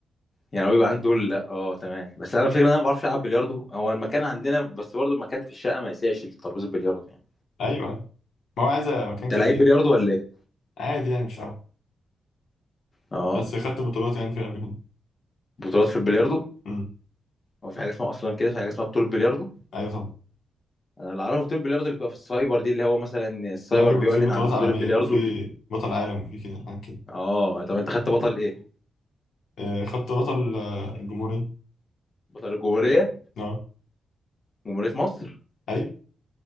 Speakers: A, on the left; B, on the left.
A: يعني هو بيبقى عنده دول لا اه تمام بس انا الفكره إن انا ما بعرفش العب بلياردو هو المكان عندنا بس برضه المكان في الشقه ما يسعش للترابيزه البلياردو يعني
B: ايوه ما هو عايز مكان
A: انت
B: كبير
A: لعيب بلياردو ولا ايه
B: عادي يعني مش عارف
A: اه
B: بس خدت بطولات يعني في قبل كده
A: بطولات في البلياردو
B: امم
A: هو في حاجه اسمها اصلا كده في حاجه اسمها بطوله بلياردو
B: ايوه طبعا
A: انا اللي اعرفه بطوله بلياردو اللي بتبقى في السايبر دي اللي هو مثلا السايبر
B: لا في
A: بيعلن
B: في بطولات
A: عن بطوله
B: عالميه
A: بلياردو
B: في
A: اللي...
B: بطل عالم وفي كده حاجات كده
A: اه طب انت خدت بطل ايه
B: آه، خدت بطل آه، الجمهوريه
A: بطل الجمهوريه
B: اه
A: جمهوريه مصر
B: ايوه